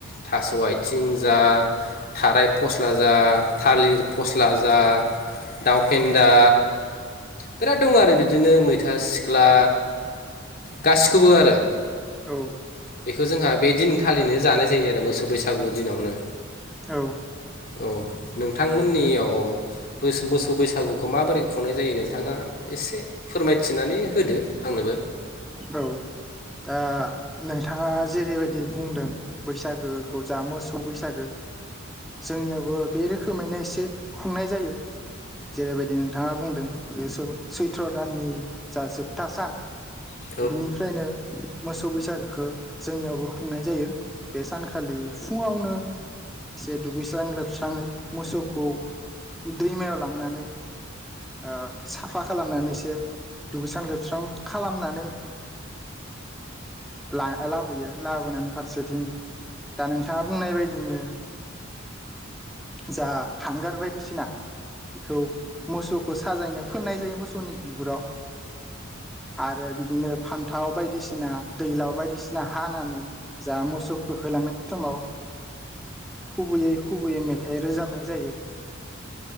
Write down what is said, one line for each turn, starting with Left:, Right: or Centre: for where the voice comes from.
Left: थास' आथिं जा, थाराय फस्ला जा, थालिर फस्ला जा, दउफेन्दा बिराद दं आरो बिदिनो मैथा सिख्ला गासिखौबो आरो।
Centre: औ।
Left: बेखौ जोंहा बे दिनखालिनो जानाय जायो आरो मोसौ बैसागु दिनावनो।
Centre: औ
Left: औ नोंथांमोननियाव मोसौ बैसागुखौ माबोरै खुंनाय जायो नोंथां बिथाङा एसे फोरमायथिनानै होदो आंनोबो
Centre: औ दा नोंथाङा जेरै बायदि बुंदों बैसागोखौ जा मो बैसागो जोंनियावबो बे रोखोमैनो एसे खुंनाय जायो जेरैबायदि नोंथाङा बुंदों बे सैथ्र दाननि जा जोबथा सान
Left: औ
Centre: बिनिफ्रायनो मोसौ बैसागो खौ जोंनियावबो खुंनाय जायो बे सानखालि फुङावनो एसे दुगैस्रां लोबस्राङै मोसौखौ दैमायाव लांनानै आं साफा खालामनानै एसे दुगैस्रां-लोबस्रां खालामनानै दा लाबोयो लाबोनानै फारसेथिं दा नोंथाङा बुंनाय बायदिनो जा हांगार बायदिसिना बेखौ मोसौखौ साजायनो फोननाय जायो मोसौनि बिगुराव। आरो बिदिनो फान्थाव बायदिसिना दैलाव बायदिसिना हानानै जा मोसौखौ होलांनाय समाव खुबैयै खुबैयै मेथाइ रोजाबनाय जायो